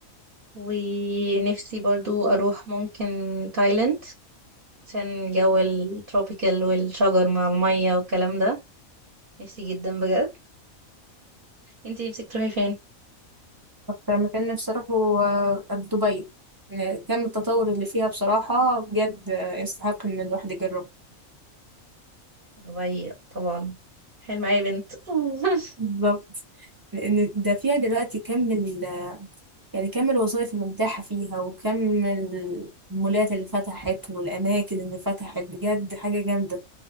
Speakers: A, on the right (about 40°); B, on the right (about 20°).
A: ونفسي برضو أروح ممكن تايلاند عشان جو التروبيكال والشجر مع المية والكلام ده نفسي جدا بجد انتي نفسك تروحي فين؟
B: أكتر مكان نفسي أروحه آه، دبي يعني كم التطور اللي فيها بصراحة بجد آه، يستحق إن الواحد يجربه
A: دبي طبعا حلم أي بنت <laughs>
B: بالظبط لأن ده فيها دلوقتي كم ال يعني كم الوظائف اللي متاحة فيها وكم المولات اللي فتحت والأماكن اللي فتحت بجد حاجة جامدة